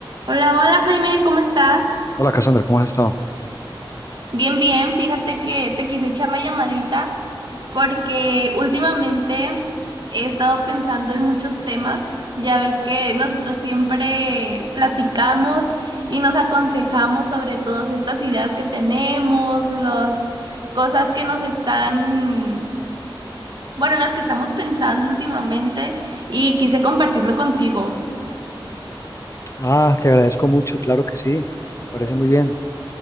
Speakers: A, on the right (about 55°); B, on the left (about 35°).
A: Hola, hola Jaime, ¿cómo estás?
B: Hola Cassandra, ¿cómo has estado?
A: Bien, bien, fíjate que te quise echar la llamadita porque últimamente he estado pensando en muchos temas. Ya ves que nosotros siempre platicamos y nos aconsejamos sobre todas estas ideas que tenemos, las cosas que nos están, bueno, en las que estamos pensando últimamente y quise compartirlo contigo.
B: Ah, te agradezco mucho, claro que sí, me parece muy bien.